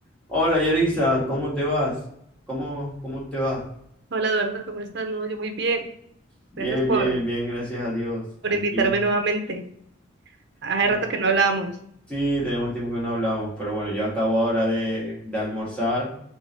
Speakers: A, in the centre; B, on the right.
A: Hola Yarisa, ¿cómo te vas? ¿Cómo, cómo te va?
B: Hola Eduardo, ¿cómo estás? No, yo muy bien.
A: Bien,
B: Gracias por,
A: bien, bien, gracias a Dios.
B: por
A: Aquí,
B: invitarme nuevamente. Hace
A: ay,
B: rato que no hablábamos.
A: sí, tenemos tiempo que no hablamos, pero bueno, yo acabo ahora de, de almorzar